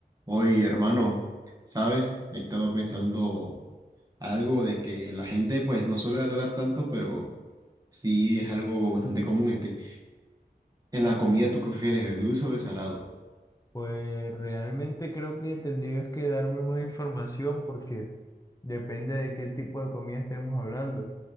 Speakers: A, on the right (about 20°); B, on the left (about 20°).
A: Oye, hermano, ¿sabes? He estado pensando algo de que la gente pues no suele adorar tanto, pero sí es algo bastante común este. En la comida, ¿tú qué prefieres, el dulce o el salado?
B: Pues realmente creo que tendrías que darme más información porque depende de qué tipo de comida estemos hablando.